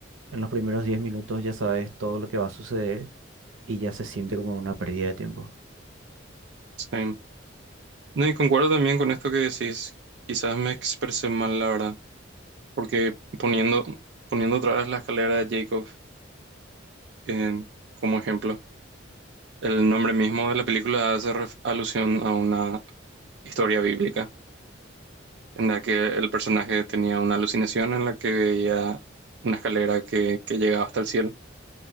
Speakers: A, on the right; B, on the right.
A: en los primeros 10 minutos ya sabes todo lo que va a suceder y ya se siente como una pérdida de tiempo.
B: sí. No, y concuerdo también con esto que decís. Quizás me expresé mal, la verdad, porque poniendo, poniendo otra vez la escalera de Jacob en- como ejemplo, el nombre mismo de la película hace ref- alusión a una historia bíblica, en la que el personaje tenía una alucinación en la que veía una escalera que, que llegaba hasta el cielo